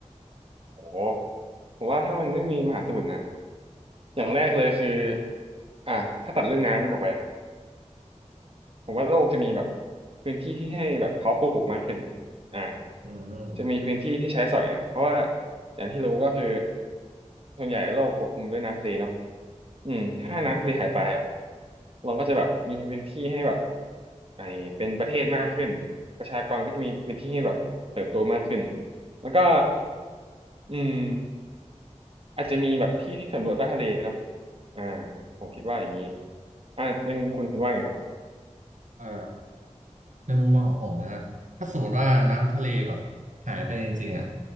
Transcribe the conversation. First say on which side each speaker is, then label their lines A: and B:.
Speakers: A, on the right; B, on the right.
A: โหผมว่าถ้ามันไม่มีมหาสมุทรนะอย่างแรกเลยคืออ่าถ้าตัดเรื่องน้ำบอกไปผมว่าโลกจะมีแบบพื้นที่ที่ให้แบบเพาะปลูกมากขึ้นอ่า
B: อืมอืม
A: จะมีพื้นที่ที่ใช้สอยนะเพราะว่าอย่างที่รู้ก็คือส่วนใหญ่โลกปกคลุมด้วยน้ำทะเลเนาะอืมถ้าน้ำทะเลหายไปอ่ะ
B: อืม
A: เราก็จะแบบมีพื้นที่ให้แบบไอเป็นประเทศมากขึ้นประชากรก็จะมีพื้นที่ให้แบบเติบโตมากขึ้นแล้วก็อืม อาจจะมีแบบที่ที่สำรวจใต้ทะเลเนาะอ่าผมคิดว่าอย่างนี้อ่าในมุมคุณคุณว่าไงครับ
B: เอ่อในมุมมองของผมนะถ้าสมมติว่าน้ำทะเลแบบหายไปจริงๆอ่ะ